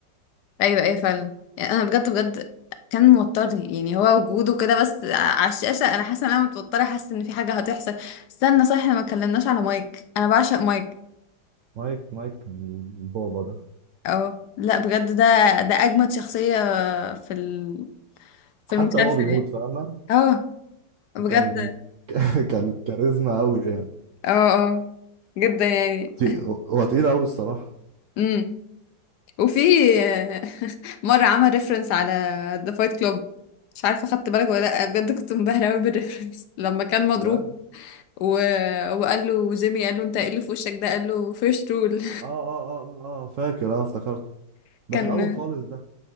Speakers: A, on the left; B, on the right.
A: ايوه ايوه فعلا يعني انا بجد بجد كان موترني يعني هو وجوده كده بس على الشاشه انا حاسه ان انا متوتره حاسه ان في حاجه هتحصل استنى صح احنا ما اتكلمناش على مايك انا بعشق مايك
B: مايك مايك من بابا ده
A: اه لا بجد ده ده اجمد شخصيه في ال... في
B: حتى
A: المسلسل
B: هو بيموت
A: يعني
B: فاهمه
A: اه بجد
B: كان <laughs> كان كاريزما قوي يعني
A: اه اه جدا يعني
B: تي- هو تقيل قوي الصراحه
A: امم وفي <laughs> مره عمل ريفرنس على ذا فايت كلوب مش عارفه خدت بالك ولا لا بجد كنت منبهره قوي بالريفرنس لما كان مضروب
B: بجد
A: و... وقال له جيمي قال له انت ايه اللي في وشك ده قال له فيرست رول
B: اه اه اه اه آه، فاكر اه افتكرت
A: <laughs>
B: ده
A: كان
B: في الاول خالص ده